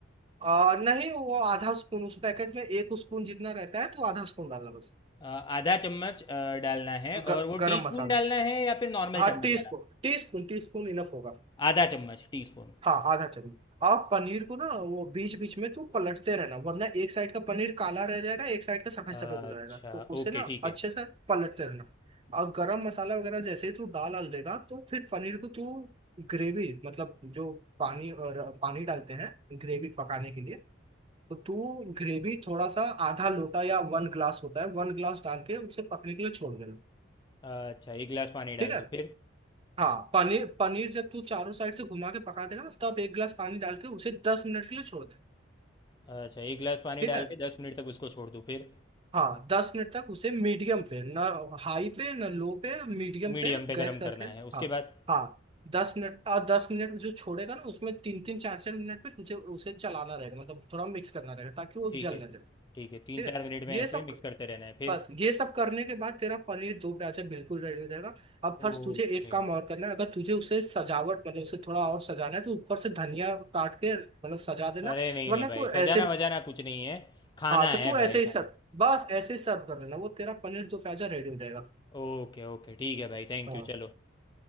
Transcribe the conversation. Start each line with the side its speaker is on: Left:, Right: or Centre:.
Right: आ, नहीं वो आधा स्पून उस पैकेट में एक स्पून जितना रहता है तो आधा स्पून डालना बस
Left: अ, आधा चम्मच अ, डालना है
Right: ग,
Left: और वो
Right: गरम
Left: टीस्पून
Right: मसाला
Left: डालना है या फिर नॉर्मल
Right: हाँ
Left: चम्मच
Right: टी
Left: वाला
Right: स्पून टी स्पून टी स्पून इनफ होगा
Left: आधा चम्मच टीस्पून
Right: हाँ आधा चम्मच आप पनीर को ना वो बीच बीच में तो पलटते रहना वरना एक साइड का पनीर काला रह जाएगा एक साइड का सफेद
Left: अच्छा
Right: सफेद रहेगा तो उसे
Left: ओके
Right: ना
Left: ठीक
Right: अच्छे
Left: है
Right: से पलटते रहना और गरम मसाला वगैरह जैसे ही तू डाल डाल देगा तो फिर पनीर को तू ग्रेवी मतलब जो पानी और पानी डालते हैं ग्रेवी पकाने के लिए तो तू ग्रेवी थोड़ा सा आधा लोटा या वन ग्लास होता है वन ग्लास डाल के उसे पकने के लिए छोड़ देना
Left: अच्छा एक गिलास पानी
Right: ठीक
Left: डाल
Right: है
Left: दूँ फिर
Right: हाँ पनीर पनीर जब तू चारों साइड से घुमा के पका देगा तब एक गिलास पानी डाल के उसे दस मिनट के लिए छोड़
Left: अच्छा एक गिलास पानी
Right: ठीक
Left: डाल
Right: है
Left: के दस मिनट तक उसको छोड़ दूँ फिर
Right: हाँ दस मिनट तक उसे मीडियम पे ना हाई पे ना लो पे मीडियम
Left: मीडियम
Right: पे
Left: पे
Right: गैस
Left: गर्म
Right: करके
Left: करना है उसके
Right: हाँ
Left: बाद
Right: हाँ दस मिनट और दस मिनट जो छोड़ेगा ना उसमें तीन तीन चार चार मिनट पे तुझे उसे चलाना रहेगा मतलब थोड़ा मिक्स करना रहेगा ताकि वो
Left: ठीक
Right: जल
Left: है
Right: ना जाए
Left: ठीक है तीन
Right: ठीक है
Left: चार मिनट में
Right: ये
Left: ऐसे
Right: सब
Left: मिक्स करते रहना है फिर
Right: बस ये सब करने के बाद तेरा पनीर दो प्याजा बिल्कुल रेडी हो जाएगा अब फर्स्ट
Left: ओके
Right: तुझे एक काम और करना है अगर तुझे उसे सजावट मतलब उसे थोड़ा और सजाना है तो ऊपर से धनिया काट के मतलब सजा देना
Left: अरे नहीं
Right: वरना
Left: नहीं भाई
Right: तू ऐसे
Left: सजाना वजाना कुछ नहीं है खाना
Right: हाँ तो तू
Left: है
Right: ऐसे
Left: भाई
Right: ही सर्व
Left: खाली
Right: बस ऐसे ही सर्व कर लेना वो तेरा पनीर दो प्याजा रेडी हो जाएगा
Left: ओके ओके ठीक है भाई थैंक
Right: हाँ
Left: यू चलो